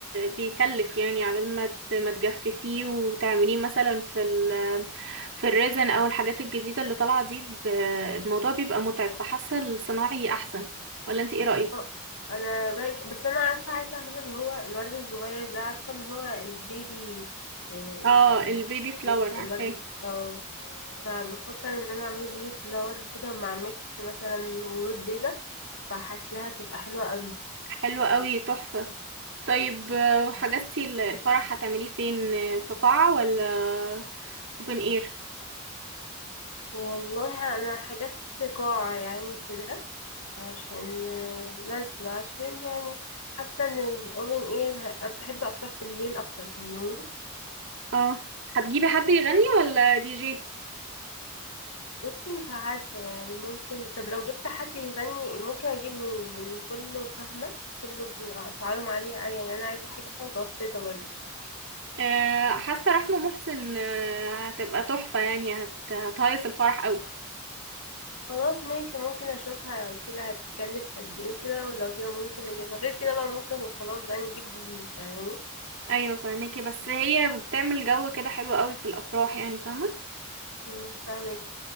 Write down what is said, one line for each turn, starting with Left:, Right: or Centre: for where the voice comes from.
Right: بيكلف يعني عبال ما ت... ما تجففيه وتعمليه مثلا في ال... في الريزن او الحاجات الجديده اللي طالعه دي ب... الموضوع بيبقى متعب فحاسه الصناعي احسن ولا انت ايه رايك
Left: اه انا رأيك بس انا عارفة عايزة اعمله اللي هو الورد الصغير ده عارفة اللي هو البيبي آه،
Right: اه
Left: ال-
Right: البيبي فلاور عارفاه
Left: الورد اه فبفكر ان انا اعمله بيبي فلاور كده مع ميكس مثلا ورود بيضة فحاساها تبقى حلوة قوي
Right: حلو قوي تحفه طيب آه، حجزتي الفرح هتعمليه فين آه، في قاعه ولا اوبن اير
Left: والله انا حجزت قاعة يعني كده عشان آه، بس عشان يعني حاسة ان الاوبن اير بحب افرح بالليل اكتر فاهماني
Right: اه هتجيبي حد يغني ولا دي جي
Left: بصي مش عارفة يعني ممكن طب لو جبت حد يغني ممكن أجيب مين لأن كله فاهمة كله بيبقى أسعارهم عالية أوي يعني أنا عايزة حاجة متوسطة برضه
Right: آه حاسه رحمه محسن آه هتبقى تحفه يعني هت... هتهيص الفرح قوي
Left: خلاص ماشي ممكن أشوفها لو كده هتكلف قد إيه وكده ولو كده ممكن أجيبها غير كده بقى ممكن خلاص بقى نجيب دي جي فاهماني
Right: ايوه فاهمكي بس هي بتعمل جو كده حلو قوي في الافراح يعني فاهمه
Left: مم، فاهمك